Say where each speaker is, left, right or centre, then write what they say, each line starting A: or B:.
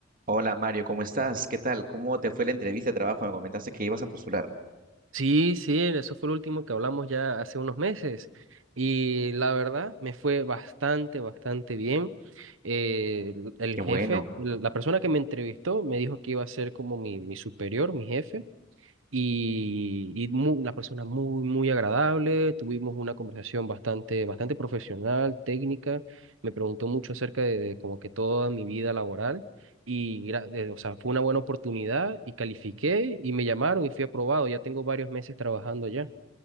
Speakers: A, on the right; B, on the right.
A: Hola Mario, ¿cómo estás? ¿Qué tal? ¿Cómo te fue la entrevista de trabajo? Me comentaste que ibas a postular.
B: Sí, sí, eso fue lo último que hablamos ya hace unos meses y la verdad me fue bastante, bastante bien. Eh, el el
A: Qué
B: jefe,
A: bueno.
B: la persona que me entrevistó me dijo que iba a ser como mi, mi superior, mi jefe y, y mu- una persona muy, muy agradable. Tuvimos una conversación bastante, bastante profesional, técnica. Me preguntó mucho acerca de, de como que toda mi vida laboral y, gra- de- o sea, fue una buena oportunidad y califiqué y me llamaron y fui aprobado. Ya tengo varios meses trabajando allá.